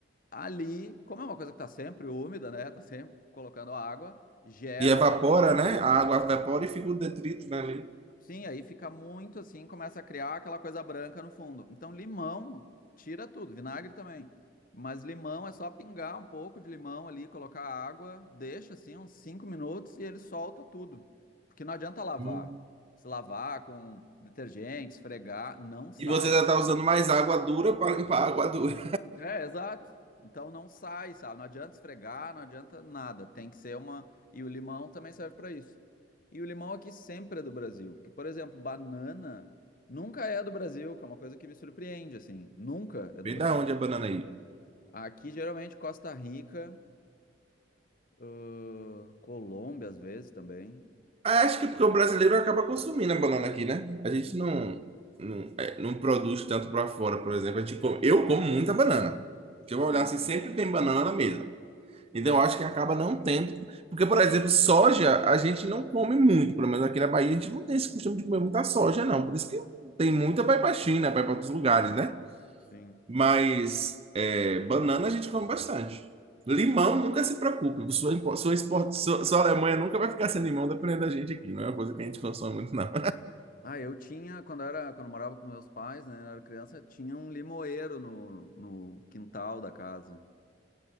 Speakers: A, on the left (about 50°); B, on the right (about 30°).
A: Ali, como é uma coisa que tá sempre úmida, né? Tá sempre colocando água, gera
B: E evapora,
A: no fundo.
B: né? A água evapora e fica o detrito, né, ali.
A: Sim, aí fica muito assim, começa a criar aquela coisa branca no fundo. Então, limão, tira tudo, vinagre também. Mas limão é só pingar um pouco de limão ali, colocar água, deixa assim uns 5 minutos e ele solta tudo. Porque não adianta lavar.
B: Hum.
A: Se lavar com detergente, esfregar, não sai.
B: E você já tá usando mais água dura para limpar a água dura.
A: É, exato. Então não sai, sabe? Não adianta esfregar, não adianta nada. Tem que ser uma. E o limão também serve pra isso. E o limão aqui sempre é do Brasil. Porque, por exemplo, banana nunca é do Brasil, que é uma coisa que me surpreende, assim. Nunca
B: <laughs>
A: é do
B: Vem
A: Brasil.
B: da onde a banana aí?
A: Aqui, geralmente, Costa Rica, ãh, Colômbia, às vezes também.
B: Ah, Acho que é porque o brasileiro acaba consumindo a banana aqui, né? A gente
A: Hum,
B: não, não, é, não produz tanto para fora, por exemplo. A gente come- eu como muita banana. Se eu
A: Sim,
B: olhar assim, sempre tem banana na mesa. Então, eu acho que acaba não tendo. Porque, por exemplo, soja a gente não come muito, pelo menos aqui na Bahia, a gente não tem esse costume de comer muita soja, não. Por isso que tem muita vai para China, vai para outros lugares, né?
A: sim.
B: Mas é, banana a gente come bastante. Limão, nunca se preocupe. Sua, impo- sua, export, sua, sua Alemanha nunca vai ficar sem limão, dependendo da gente aqui. Não é uma coisa que a gente consome muito, não.
A: Ah, eu tinha, quando era, quando eu morava com meus pais, né, eu era criança, tinha um limoeiro no, no quintal da casa.